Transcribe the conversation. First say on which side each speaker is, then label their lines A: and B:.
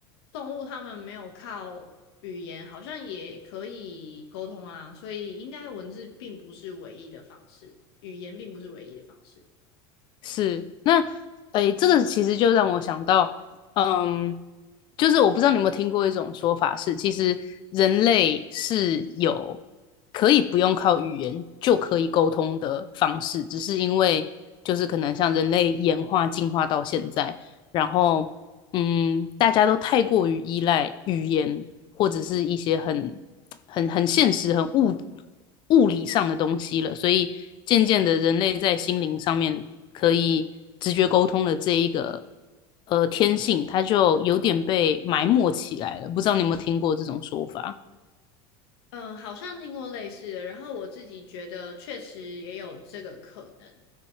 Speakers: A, on the left; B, on the left.
A: 动物它们没有靠语言，好像也可以沟通啊，所以应该文字并不是唯一的方式，语言并不是唯一的方式。
B: 是，那诶，这个其实就让我想到，嗯，就是我不知道你有没有听过一种说法是，其实人类是有可以不用靠语言就可以沟通的方式，只是因为就是可能像人类演化进化到现在，然后嗯，大家都太过于依赖语言或者是一些很、很、很现实、很物物理上的东西了，所以渐渐的，人类在心灵上面可以直觉沟通的这一个呃天性，它就有点被埋没起来了。不知道你有没有听过这种说法？
A: 嗯，好像听过类似的，然后我自己觉得确实也有这个可能。